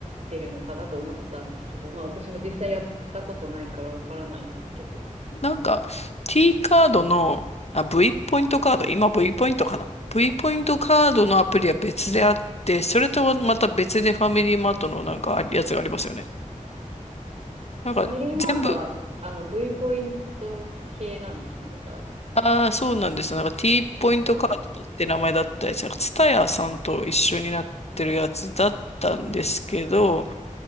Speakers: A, on the right; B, on the left.
A: てるのかなと思ってたんですけど、まあ私も実際やったことないからわからないんですけど、
B: なんか、T カードの、あ、V ポイントカード、今 V ポイントかな。V ポイントカードのアプリは別であって、それとはまた別でファミリーマートのなんかやつがありますよね。なんか、
A: ファミリーマートは、
B: 全部
A: あの、V ポイント系なんですね。じゃあ、
B: ああ、そうなんですよ。なんか T
A: なんか、
B: ポイントカードって名前だったやつ。なんか TSUTAYA さんと一緒になってるやつだったんですけど、